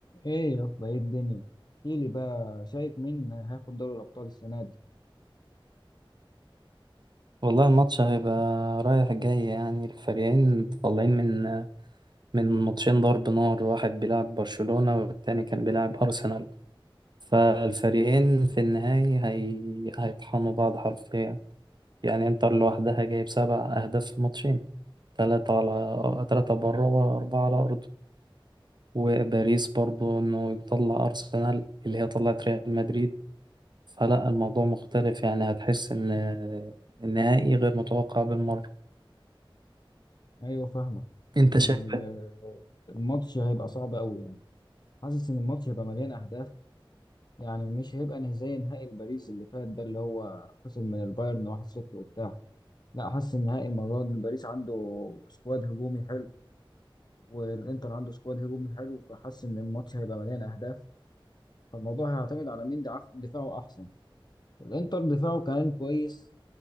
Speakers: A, on the left; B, on the right.
A: ايه يا اسطى ايه الدنيا احكيلي بقى شايف مين هياخد دوري الابطال السنه دي
B: والله الماتش هيبقى رايح جاي يعني الفريقين طالعين من من ماتشين ضرب نار واحد بيلعب برشلونة والتاني كان بيلعب أرسنال فالفريقين في النهاية هي... هيطحنوا بعض حرفيا يعني انتر لوحدها جايب سبع أهداف في ماتشين تلاتة على تلاتة بره وأربعة على أرضه وباريس برضو إنه يطلع أرسنال اللي هي طلعت ريال مدريد فلا الموضوع مختلف يعني هتحس إن النهائي غير متوقع بالمرة
A: ايوه فاهمك
B: انت
A: ال-
B: شايف
A: الماتش هيبقى صعب قوي يعني حاسس ان الماتش هيبقى مليان اهداف يعني مش هيبقى نه- زي نهائي باريس اللي فات ده اللي هو خسر من البايرن 1-0 وبتاع لا حاسس ان نهائي المره دي باريس عنده سكواد هجومي حلو والانتر عنده سكواد هجومي حلو فحاسس ان الماتش هيبقى مليان اهداف فالموضوع هيعتمد على مين دعف- دفاعه احسن الانتر دفاعه كان كويس